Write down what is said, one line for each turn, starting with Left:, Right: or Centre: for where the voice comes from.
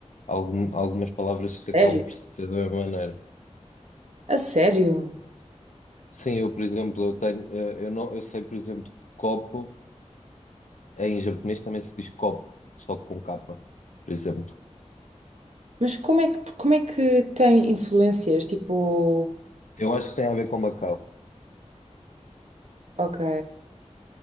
Left: algum- algumas palavras que acabam
Right: Sério?
Left: por ser da mesma maneira.
Right: A sério?
Left: Sim, eu, por exemplo, eu tenho, eh, eu não, eu sei, por exemplo, que copo em japonês também se diz copo, só com capa, por exemplo.
Right: Mas como é que, como é que tem influências? Tipo,
Left: Eu acho que tem a ver com Macau.
Right: ok.